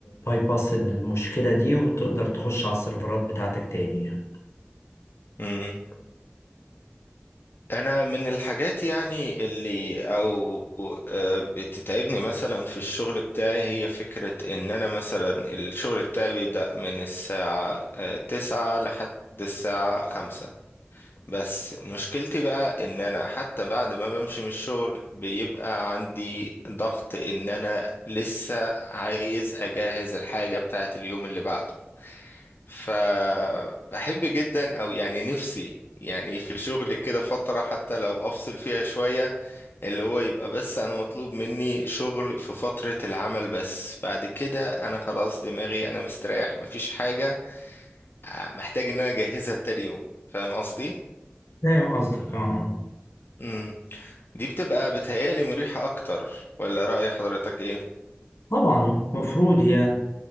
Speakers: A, on the left; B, on the left.
A: بايباس المشكلة دي وتقدر تخش على السيرفرات بتاعتك تاني يعني
B: امم انا من الحاجات يعني اللي او آه، بتتعبني مثلا في الشغل بتاعي هي فكرة ان انا مثلا الشغل بتاعي بيبدأ من الساعة آه، تسعة لحد الساعة خمسة بس مشكلتي بقى ان انا حتى بعد ما بمشي من الشغل بيبقى عندي ضغط ان انا لسه عايز اجهز الحاجة بتاعت اليوم اللي بعده فبحب جدا او يعني نفسي يعني في شغل كده فترة حتى لو افصل فيها شوية اللي هو يبقى بس انا مطلوب مني شغل في فترة العمل بس بعد كده انا خلاص دماغي انا مستريح مفيش حاجة ع- محتاج ان انا اجهزها لتاني يوم فاهم قصدي؟
A: فاهم قصدك اه آه.
B: امم دي بتبقى بتهيألي مريحة اكتر ولا رأي حضرتك
A: طبعا مفروض يعني